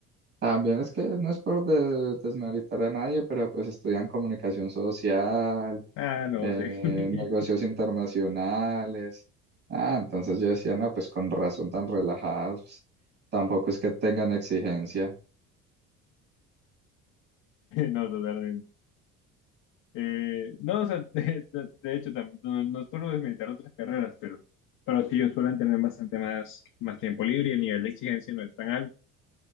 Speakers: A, on the right (about 45°); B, on the left (about 60°).
A: También es que no es por de- desmeritar a nadie, pero pues estudian comunicación social,
B: No, ah, no,
A: eh,
B: sí. <laughs>
A: negocios internacionales. Ah, entonces yo decía, no, pues con razón tan relajados, tampoco es que tengan exigencia,
B: No, totalmente. Eh, no, o sea, <laughs> de, de- de hecho, tam- no, no es por desmilitar otras carreras, pero, pero sí ellos suelen tener bastante más, más tiempo libre y el nivel de exigencia no es tan alto.